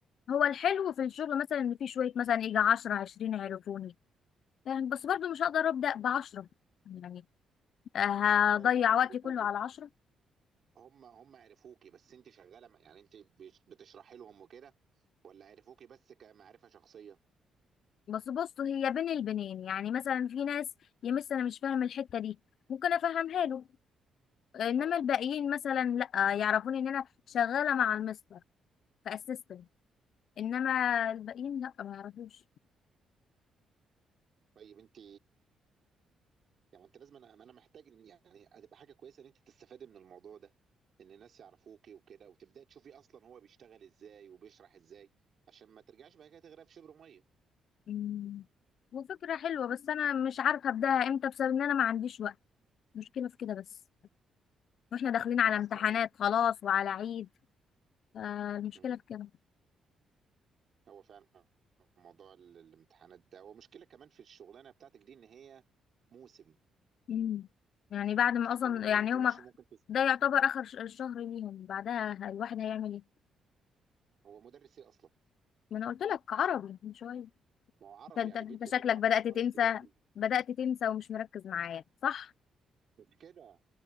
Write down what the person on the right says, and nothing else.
طيب
هم
عرفوكي
هم هم عرفوكي بس انت شغاله مع- يعني انت بش- بتشرحي لهم وكده ولا عرفوكي بس كمعرفه شخصيه
اه
طيب انت يعني انت لازم انا انا محتاج ان يعني هتبقى حاجه كويسه ان انت تستفادي من الموضوع ده ان الناس يعرفوكي وكده وتبداي تشوفي اصلا هو بيشتغل ازاي وبيشرح ازاي عشان ما ترجعش بعد كده تغرق في شبر ميه
ده
اصلا يعني
مم.
هو فعلا موضوع ال- الامتحانات ده ومشكله كمان في الشغلانه بتاعتك دي ان هي موسم
يعني
انت
مش ممكن تس...
هو مدرس ايه اصلا؟
ما هو عربي
يعني
بيدي
الاني مرحله
ابتدائي
مش كده